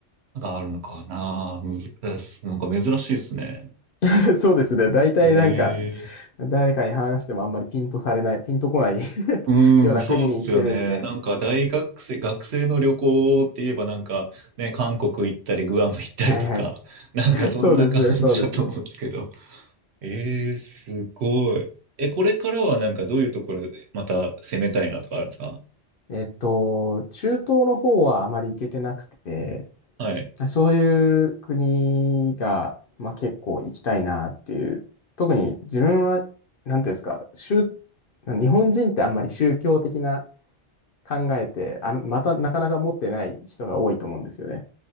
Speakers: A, on the right; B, on the left.
A: があるのかな。むなんか珍しいですね。
B: <laughs> そうですね。大体なんか、
A: ええ
B: 誰かに話してもあんまりピンとされない、ピンとこない <laughs>
A: うーん、
B: ような国に行ってるんで、
A: そうっすよね。なんか大学生、学生の旅行って言えばなんかね、韓国行ったりグアム行ったりとか、
B: はいはい。
A: <laughs> なんかそんな感じだと思うんですけど。
B: そうですね、そうですね。
A: えー、すごい。え、これからはなんかどういうところでまた攻めたいなとかあるんですか
B: えっと、中東の方はあまり行けてなくて、
A: はい。
B: そういう国が、まあ、結構行きたいなっていう、特に自分は、なんていうんですか、宗日本人ってあんまり宗教的な考えて、あの、またなかなか持ってない人が多いと思うんですよね。